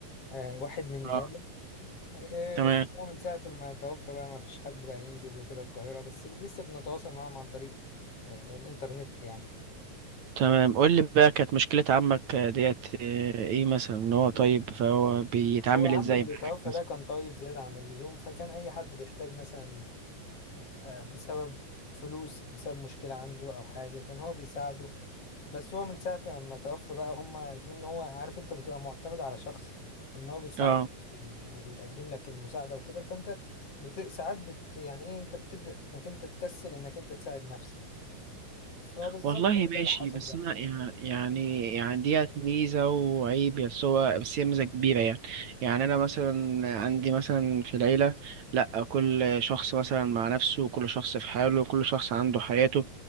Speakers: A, on the left; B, on the right.
A: آه، واحد من عياله
B: آه
A: إيه
B: تمام
A: بس هو من ساعة ما توفى بقى ما فيش حد بقى ينزل وكده القاهرة بس لسه بنتواصل معاهم عن طريق آه، الإنترنت يعني
B: تمام قول لي بقى كانت مشكلة عمك ديت آه، إيه مثلا إن هو
A: مم.
B: طيب فهو بيتعامل
A: هو عم
B: إزاي
A: اللي
B: معاك
A: توفى
B: مثلا؟
A: ده كان طيب زيادة عن اللزوم فكان أي حد بيحتاج مثلا آه، بسبب فلوس بسبب مشكلة عنده أو حاجة كان هو بيساعده بس هو من ساعة ما توفى بقى هما اتمنوا هو عارف أنت بتبقى معتمد على شخص إن هو بيساعد
B: آه
A: وبي- وبيقدم لك المساعدة وكده فأنت بت... ساعات بت... يعني إيه أنت بتبدأ إنك أنت تكسل إنك أنت تساعد نفسك فبالظبط
B: والله
A: هو
B: ماشي
A: ده اللي حصل
B: بس
A: بقى
B: انا يع- يعني يعني ديت ميزه وعيب بس هو بس هي ميزه كبيره يعني يعني انا مثلا عندي مثلا في العيله لا كل شخص مثلا مع نفسه وكل شخص في حاله وكل شخص عنده حياته